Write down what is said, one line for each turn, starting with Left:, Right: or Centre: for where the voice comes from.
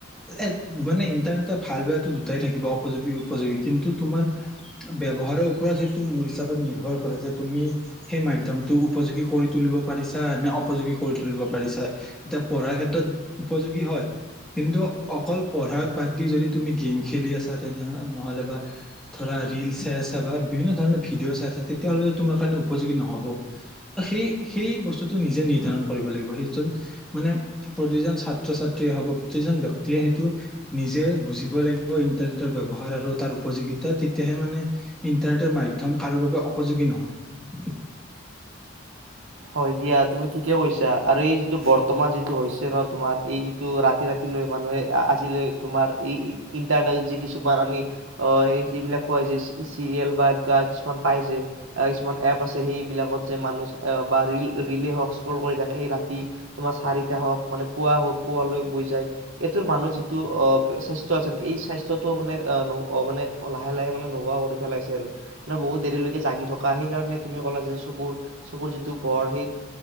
Centre: এ মানে ইণ্টাৰনেটৰ ভাল বেয়াটো দুটাই থাকিব উপযোগী অপযোগী কিন্তু তোমাৰ ব্যৱহাৰৰ ওপৰত সেইটো মোৰ হিচাপত নিৰ্ভৰ কৰে যে তুমি সেই মাধ্যম মাধ্যমটো উপযোগী কৰি তুলিব পাৰিছা নে অপযোগী কৰি তুলিব পাৰিছা। এতিয়া পঢ়াৰ ক্ষেত্ৰত উপযোগী হয়। কিন্তু অকল পঢ়াক বাদ দি যদি তুমি গেম খেলি আছা তেনে নহ'লে বা ধৰা ৰিল চাই আছা বা বিভিন্ন ধৰণৰ ভিডিঅ' চাই আছা তেতিয়াহ'লেতো তোমাৰ কাৰণে উপযোগী নহ'ব। সেই সেই বস্তুটো নিজে নিৰ্ধাৰণ কৰিব লাগিব সেইজন মানে প্ৰতিজন ছাত্ৰ ছাত্ৰীয়ে হ'ব, প্ৰতিজন ব্যক্তিয়ে সেইটো নিজে বুজিব লাগিব ইণ্টাৰনেটৰ ব্যৱহাৰ আৰু তাৰ উপযোগিতা তেতিয়াহে মানে ইণ্টাৰনেটৰ মাধম্য কাৰো বাবে উপযোগী নহয়।
Right: হয় দিয়া তুমি ঠিকে কৈছা আৰু এই যিটো বৰ্তমান যিটো হৈছে ন তোমাৰ এই ত ৰাতি ৰাতি ৰাতিলৈ মানুহে আজিলৈ তোমাৰ এই ইণ্টাৰনেট যি কিছুমান আমি আহ এই এইবিলাক কয় যে চিৰিয়েল বা এনেকুৱা কিছুমান পাই যে কিছুমান এপ আছে সেইবিলাকত যে মানুহ আহ বা ৰিল ৰিলে হওঁক স্ক্ৰল কৰি থাকে সেই ৰাতি তোমাৰ চাৰিটা হওঁক মানে পুৱা হওঁক পুৱালৈ বৈ যায়। এইটোৰ মানুহৰ যিটো অ স্বাস্থ্য আছে এই স্বাস্থ্যটো মানে অ মানে অ লাহে লাহে মানে নোহোৱা কৰি পেলাইছে আৰু মানে বহুত দেৰিলৈকে জাগি থকা সেইকাৰণে তুমি কলা যে চকুৰ চকুৰ যিটো পোহৰ সেই